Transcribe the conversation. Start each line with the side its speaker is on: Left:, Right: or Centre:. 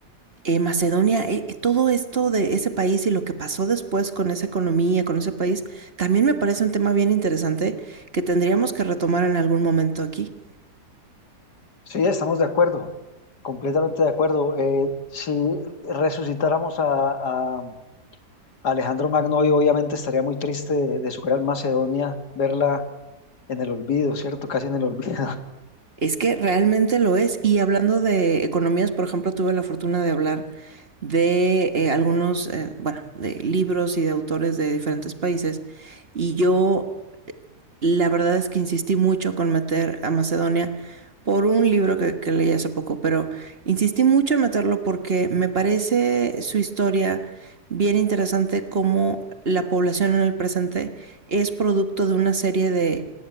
Right: eh, Macedonia, eh, todo esto de ese país y lo que pasó después con esa economía, con ese país, también me parece un tema bien interesante que tendríamos que retomar en algún momento aquí.
Left: Sí, estamos de acuerdo, completamente de acuerdo. Eh, si resucitáramos a, a Alejandro Magno, hoy obviamente estaría muy triste de, de su gran Macedonia verla en el olvido, ¿cierto? Casi en el olvido.
Right: Es que realmente lo es. Y hablando de economías, por ejemplo, tuve la fortuna de hablar de eh, algunos, eh, bueno, de libros y de autores de diferentes países. Y yo La verdad es que insistí mucho con meter a Macedonia por un libro que, que leí hace poco, pero insistí mucho en meterlo porque me parece su historia bien interesante como la población en el presente es producto de una serie de,